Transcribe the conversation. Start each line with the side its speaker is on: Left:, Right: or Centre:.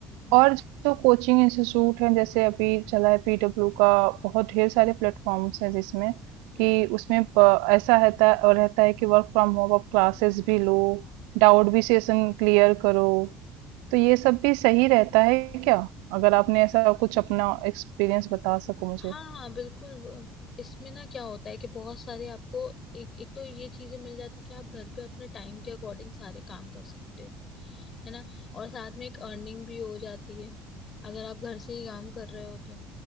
Left: हम्म
Right: और जो कोचिंग इंस्टीट्यूट है जैसे अभी चला है पीडब्ल्यू का बहुत ढेर सारे प्लेटफॉर्म्स हैं जिसमें
Left: हम्म
Right: कि उसमें प- ऐसा रहता है और रहता है कि वर्क फ्रॉम होम आप क्लासेस भी लो डाउट भी सेशन क्लियर करो तो ये सब भी सही रहता है क्या अगर आपने ऐसा कुछ अपना एक्सपीरियंस बता सको मुझे
Left: हाँ हाँ बिल्कुल वो- इसमें ना क्या होता है कि बहुत सारे आपको एक एक तो ये चीजें मिल जाती कि आप घर पे अपने टाइम के अकॉर्डिंग सारे काम कर सकते हो है ना और साथ में एक अर्निंग भी हो जाती है अगर आप घर से ही काम कर रहे हो तो